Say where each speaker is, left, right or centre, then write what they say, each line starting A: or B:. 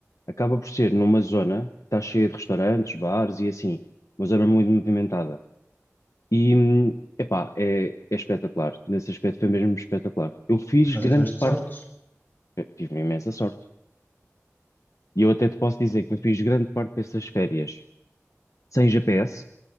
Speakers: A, on the left; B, on the left.
A: acaba por ser numa zona que está cheia de restaurantes, bares e assim, uma zona muito movimentada. E, hum, epá, é, é espetacular. Nesse aspecto foi mesmo espetacular. Eu fiz
B: Por acaso
A: grande
B: tiveste
A: parte,
B: sorte,
A: eu tive imensa sorte, e eu até te posso dizer que eu fiz grande parte dessas férias sem GPS,